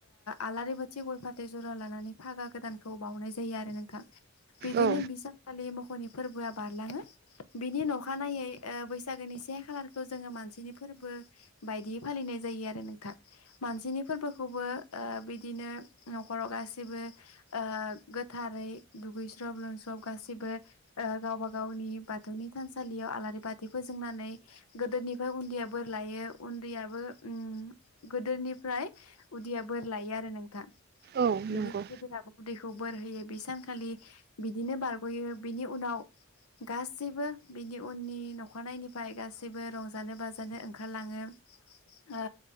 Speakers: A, on the left (about 80°); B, on the right (about 45°).
A: आलारि बाथि गय फाथै जरा लानानै फागा गोदानखौ बाउनाय जायो आरो नोंथां बिदिनो
B: औ
A: बिसानखालि मोखौनि फोरबोआ बारलाङो बिनि नखानायै बैसागोनि से खालारखौ जोङो मानसिनि फोरबो बायदियै फालिनाय जायो आरो नोंथां। मानसिनि फोरबोखौबो ओ बिदिनो नख'राव गासैबो ओ गोथारै दुगैस्रब लोंस्रब गाैबो गावबा गावनि बाथौनि थानसालियाव आलारि बाथि फोजोंनानै गोदोनिफ्राय उन्दैया बोर लायो उन्दैयाबो उम गोदोनि फ्राय उदिया बोर लायो आरो नोंथां।
B: औ
A: बिदि
B: नंगौ
A: गेदेराबो उदैख खौ बोर होयो बि सानखालि बिदिनो बारगयो बिनि उनाव गासैबो बिनि उननि नखानायैनिफ्राय गासैबो रंजानो बाजानो ओंखारलाङो ओ